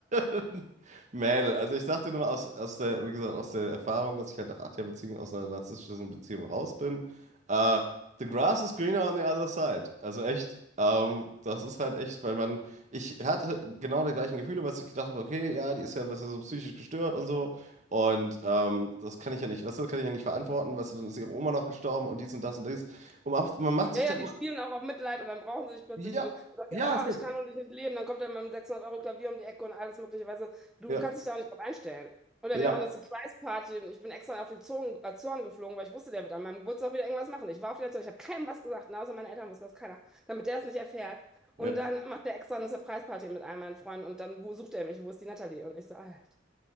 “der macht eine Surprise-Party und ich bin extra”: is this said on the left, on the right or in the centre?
Centre